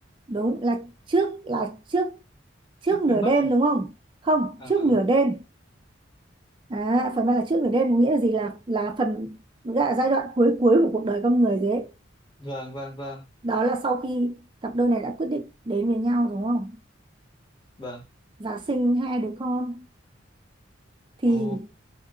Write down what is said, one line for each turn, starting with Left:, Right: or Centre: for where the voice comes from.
Right: đúng là trước là trước trước
Left: trước
Right: nửa
Left: khi mất
Right: đêm
Left: à
Right: đúng không không
Left: Ờ,
Right: trước nửa đêm à phần ba là trước nửa đêm có nghĩa là gì là là phần gọi là giai đoạn cuối cuối của cuộc đời con người thế
Left: vâng vâng vâng
Right: đó là sau khi cặp đôi này đã quyết định đến với nhau đúng không
Left: vâng
Right: và sinh hai đứa con thì
Left: ồ